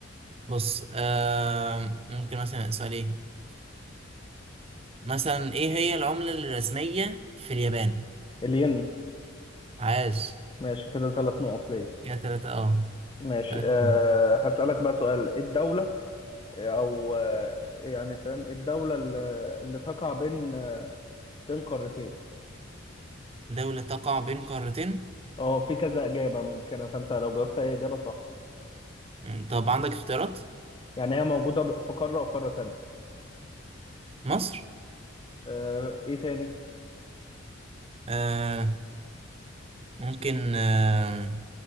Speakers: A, on the right (about 30°); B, on the left (about 25°).
A: بص آه ممكن مثلا سؤال إيه مثلا إيه هي العملة الرسمية في اليابان
B: الين
A: عاش
B: ماشي كده ثلاث نقط ليه
A: كده تلاتة أه
B: ماشي
A: تلاتة
B: أه
A: اتنين.
B: هسألك بقى سؤال ايه الدولة آه، او آه، يعني فاهم ايه الدولة اللي, اللي تقع بين بين قارتين
A: دولة تقع بين قارتين
B: اه في كذا إجابة ممكنة فأنت لو جاوبت أي إجابة صح
A: مم. طب عندك اختيارات
B: يعني هي موجودة في قارة وقارة تانية
A: مصر
B: آه، ايه تاني
A: آه ممكن آه